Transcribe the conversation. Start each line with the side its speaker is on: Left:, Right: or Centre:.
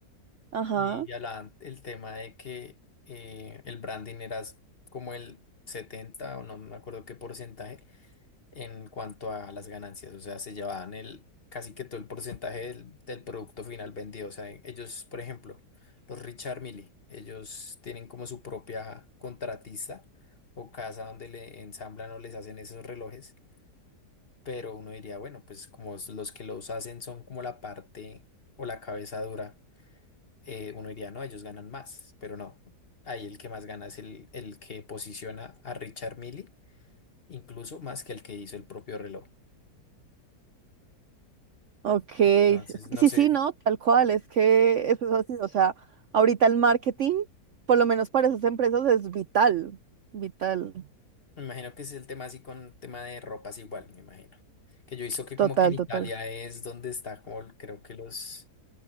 Right: Ajá,
Left: y hablaban el tema de que eh, el branding era s- como el 70 o no me acuerdo qué porcentaje en cuanto a las ganancias, o sea, se llevaban el casi que todo el porcentaje del, del producto final vendido, o sea, e- ellos, por ejemplo, los Richard Mille, ellos tienen como su propia contratista o casa donde le ensamblan o les hacen esos relojes, pero uno diría, bueno, pues como es- los que los hacen son como la parte o la cabeza dura, eh, uno diría, no, ellos ganan más, pero no. Ahí el que más gana es el, el que posiciona a Richard Mille, incluso más que el que hizo el propio reloj.
Right: ok.
Left: Entonces, no
Right: Sí,
Left: sé,
Right: sí, no, tal cual, es que eso es así. O sea, ahorita el marketing, por lo menos para esas empresas, es vital, vital,
Left: me imagino que es el tema así con tema de ropas igual, me imagino. Que yo hizo que
Right: total,
Left: como que en Italia
Right: total.
Left: es donde está como el- creo que los,